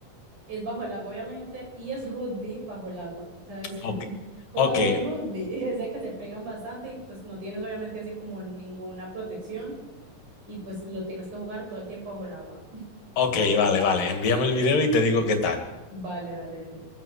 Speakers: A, on the right; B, on the left.
A: es bajo el agua, obviamente, y es rugby bajo el agua. O sea, <laughs>
B: ok,
A: jugando
B: ok,
A: rugby, <laughs> es de que se pegan bastante y pues no tienes obviamente así como ninguna protección y pues lo tienes que jugar todo el tiempo bajo el agua.
B: ok, vale, vale. Envíame el video y te digo qué tal.
A: Vale, vale, de una.